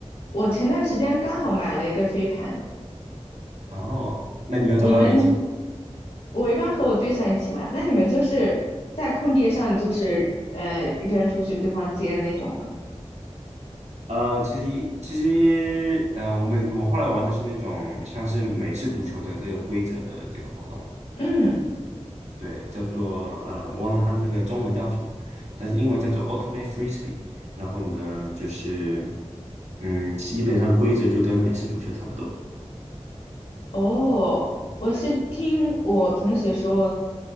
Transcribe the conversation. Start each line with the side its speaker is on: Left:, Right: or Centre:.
Left: 我前段时间刚好买了一个飞盘。
Right: 哦，那你有找到人一起？
Left: 你们，我一般和我对象一起玩，那你们就是在空地上，就是呃扔出去，对方接那种吗？
Right: 呃，其实一其实，嗯、我们我们后来玩的是那种像是美式足球的这个规则的这个活动，
Left: 嗯，
Right: 对，叫做呃，我忘了它那个中文叫什么，但是英文叫做 Ultimate Frisbee。然后呢，就是嗯，基本上规则就跟美式足球差不多。
Left: 哦，我是听我同学说，